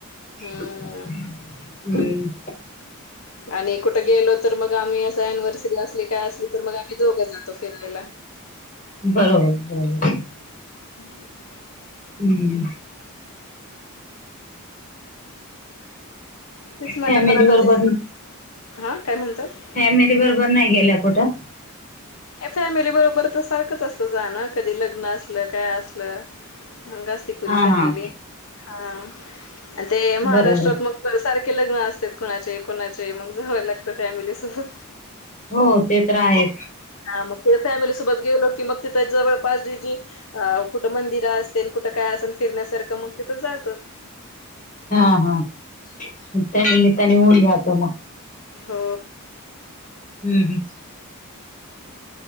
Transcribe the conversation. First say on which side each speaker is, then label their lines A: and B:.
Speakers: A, on the left; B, on the left.
A: हम्म
B: हम्म.
A: आणि कुठं गेलो तर मग आम्ही असं अनिव्हर्सरी असली काय असली तर मग आम्ही दोघे जातो फिरनिला.
B: बरोबर बरोबर.
A: <inaudible>
B: हम्म
A: तिच मला
B: फॅमिली
A: पण आता
B: बरोबर
A: तिच आं काय म्हणतात?
B: फॅमिली बरोबर नाही गेलात कुठं?
A: फॅमिली बरोबर तर सारखंच असत जाण, कधी लग्न असलं, काय असलं. मग असती पुरी
B: हा
A: फॅमिली
B: हा
A: हा आणि ते महाराष्ट्रात
B: बरोबर
A: मग सारखे लग्न असतेत कुणाचे कोणाचे मग जावं लागतं फॅमिलीसोबत.
B: हो ते तर आहे.
A: हा मग तिथ फॅमिलीसोबत गेलो की मग तिथे जवळ पास जि जि अ कुठं मंदिरं असतील, कुठं काय असल फिरण्यासारखं मग तिथं जातोत.
B: हा हा मग त्या निमित्तान
A: हं.
B: होऊन जात मग.
A: हो.
B: हम्म हम्म.